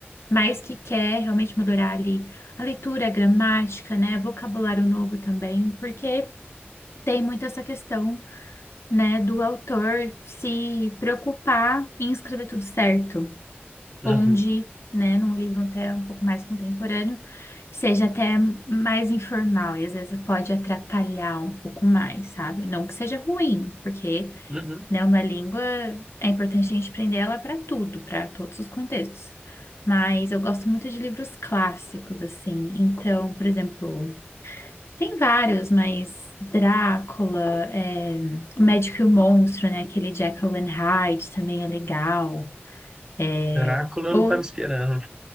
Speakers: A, on the left; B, on the right.
A: mas que quer realmente melhorar ali a leitura, a gramática, né, vocabulário novo também, porque tem muito essa questão, né, do autor se preocupar em escrever tudo certo
B: uhum,
A: onde, né, num livro até um pouco mais contemporâneo, seja até mais informal e às vezes pode atrapalhar um pouco mais, sabe? Não que seja ruim, porque,
B: uhum.
A: né, uma língua é importante a gente aprender ela para tudo, para todos os contextos. Mas eu gosto muito de livros clássicos, assim. Então, por exemplo, tem vários, mas Drácula, é, O Médico e o Monstro, né? Aquele de Jekyll and Hyde também é legal. É,
B: Drácula eu
A: ou-
B: não tava esperando.